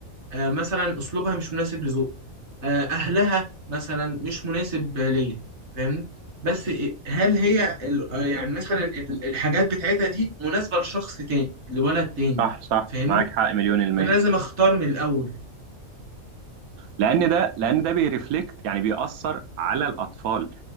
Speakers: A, on the right; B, on the right.
A: آه، مثلا اسلوبها مش مناسب لذوقي آه، اهلها مثلا مش مناسب ليا فاهمني بس إيه- هل هي ال- آه، يعني مثلا ال- الحاجات بتاعتها دي مناسبة لشخص تاني لولد تاني
B: صح صح
A: فاهمني
B: معاك حق مليون المية
A: فانا لازم اختار من الاول
B: لأن ده لأن ده بيرفلكت يعني بيأثر على الأطفال